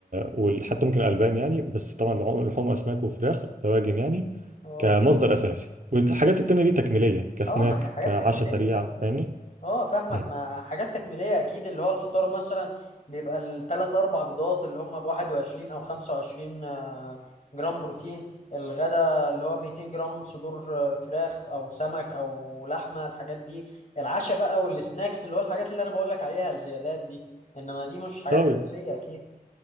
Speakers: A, on the right (about 60°); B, on the left (about 50°).
A: وال- حتى ممكن الالبان يعني بس طبعا لحوم لحوم واسماك وفراخ دواجن يعني
B: اه
A: كمصدر اساسي والحاجات التانية دي تكميلية كسناك
B: اه ما هي حاجات
A: كعشاء
B: تكميلية
A: سريع
B: آه.
A: فاهمني؟
B: اه فاهمك
A: مم.
B: ما حاجات تكميلية اكيد اللي هو الفطار مثلا بيبقى الثلاث اربع بيضات اللي هم ب 21 او 25 آه، جرام بروتين الغدا اللي هو 200 جرام صدور آه، فراخ او سمك او لحمة الحاجات دي العشاء بقى والسناكس اللي هو الحاجات اللي انا بقول لك عليها الزيادات دي انما دي مش حاجات
A: طيب
B: اساسية اكيد